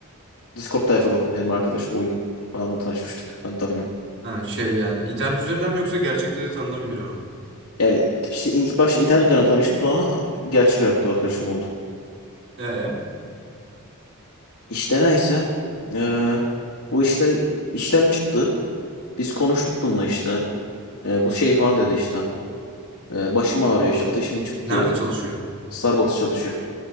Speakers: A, on the left; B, on the right.
A: Discord tayfadan benim arkadaş oyun falanla tanışmıştık. Ben tanımıyorum.
B: Ha şey yani internet üzerinden mi yoksa gerçekte de tanıdığım biri mi?
A: Yani işte ilk başta internet üzerinden tanıştım sonra gerçek hayatta arkadaşım oldu.
B: Ee?
A: İşte neyse. Ee, bu işte işten çıktı. Biz konuştuk bununla işte. Ee, bu şey falan dedi işte. Ee, başım ağrıyor işte ateşim çıktı.
B: Nerede çalışıyor?
A: Starbucks çalışıyor.